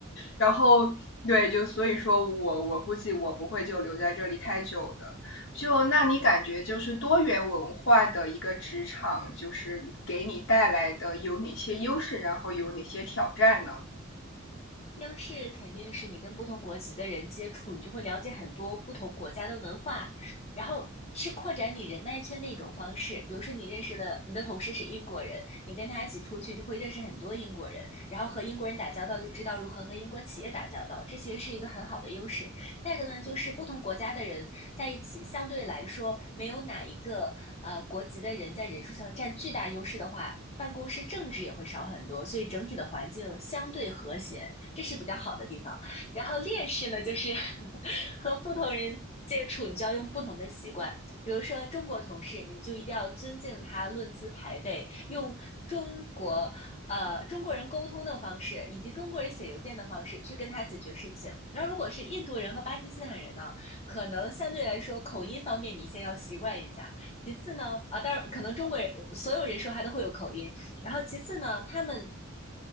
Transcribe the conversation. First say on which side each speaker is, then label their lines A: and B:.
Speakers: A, on the left (about 60°); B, on the left (about 30°).
A: 然后对，就所以说我我估计我不会就留在这里太久的。就那你感觉就是多元文化的一个职场，就是给你带来的有哪些优势，然后有哪些挑战呢？
B: 优势肯定是你跟不同国籍的人接触，你就会了解很多不同国家的文化，然后是扩展你人脉圈的一种方式。比如说，你认识了你的同事是英国人，你跟他一起出去就会认识很多英国人，然后和英国人打交道就知道如何和英国企业打交道，这其实是一个很好的优势。再一个呢，就是不同国家的人在一起，相对来说，没有哪一个呃国籍的人在人数上占巨大优势的话，办公室政治也会少很多，所以整体的环境相对和谐，这是比较好的地方。然后劣势呢，就是 <laughs> 和不同人接触，你就要用不同的习惯。比如说中国同事，你就一定要尊敬他，论资排辈，用中国呃中国人沟通的方式，以及中国人写邮件的方式去跟他解决事情。那如果是印度人和巴基斯坦人呢，可能相对来说口音方面你先要习惯一下，其次呢，啊，当然可能中国人所有人说话都会有口音，然后其次呢，他们